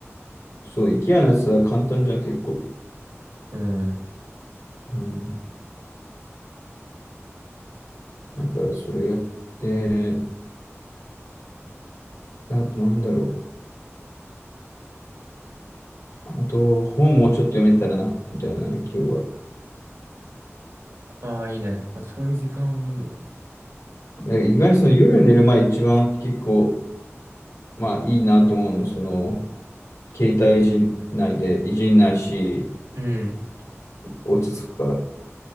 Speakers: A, on the left (about 80°); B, on the right (about 80°).
A: そう、IKEA のやつは簡単じゃん、結構。
B: うん。
A: うんだからそれやって、あとなんだろう。あと、本もうちょっと読めたらな、みたいなね、今日は。
B: ああ、いいね。あ、そういう時間もいいね。
A: なんか意外にその夜寝る前一番結構、まあいいなと思うの、その、携帯いじんないで、いじんないし、
B: うん。
A: お落ち着くから。